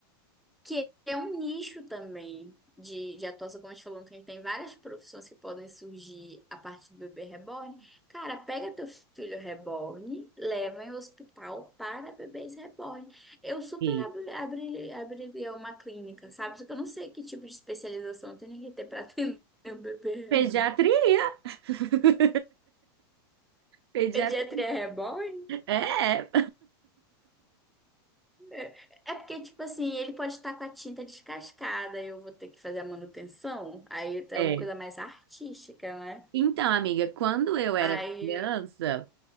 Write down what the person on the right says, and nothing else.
E
pediatria.
<laughs> Pediatria.
É,
é.
Então, amiga, quando eu era
criança,